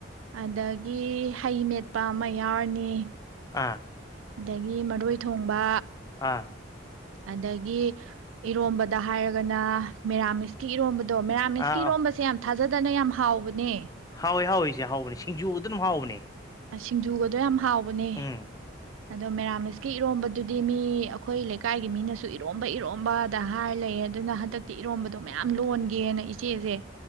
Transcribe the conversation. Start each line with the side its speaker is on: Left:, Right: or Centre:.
Right: ꯑꯗꯒꯤ ꯍꯩ ꯃꯦꯠꯄ ꯑꯃ ꯌꯥꯎꯔꯅꯤ
Left: ꯑꯥ
Right: ꯑꯗꯒꯤ ꯃꯔꯣꯏ ꯊꯣꯡꯕ
Left: ꯑꯥ
Right: ꯑꯗꯒꯤ ꯏꯔꯣꯝꯕꯗ ꯍꯥꯏꯔꯒꯅ ꯃꯦꯔꯥꯃꯤꯁꯀꯤ ꯏꯔꯣꯝꯕꯗ ꯑꯗꯣ ꯃꯦꯥꯃꯤꯁꯀꯤꯔꯣꯝꯕꯁꯦ
Left: ꯑꯥ
Right: ꯌꯥꯝ ꯊꯥꯖꯗꯅ ꯌꯥꯝ ꯍꯥꯎꯕꯅꯦ
Left: ꯍꯣꯏ ꯍꯥꯎꯋꯏꯁꯦ ꯍꯥꯎꯕꯅꯦ ꯁꯤꯡꯖꯨ ꯑꯗꯨꯝ ꯍꯥꯎꯕꯅꯦ
Right: ꯁꯤꯡꯖꯨꯒꯗꯣ ꯌꯥꯝ ꯍꯥꯎꯕꯅꯦ
Left: ꯎꯝ
Right: ꯑꯗꯣ ꯃꯦꯔꯥꯃꯤꯁꯀꯤ ꯏꯔꯣꯝꯕꯗꯨꯗꯤ ꯃꯤ ꯑꯩꯈꯣꯏ ꯂꯩꯀꯥꯏꯒꯤ ꯃꯤꯅꯁꯨ ꯏꯔꯣꯝꯕ ꯏꯔꯣꯝꯕꯗ ꯍꯥꯏꯔ ꯂꯩ ꯑꯗꯨꯅ ꯍꯟꯗꯛꯇꯤ ꯏꯔꯣꯝꯕꯗꯣ ꯃꯌꯥꯝ ꯂꯣꯟꯒꯦꯅ ꯏꯆꯦꯁꯦ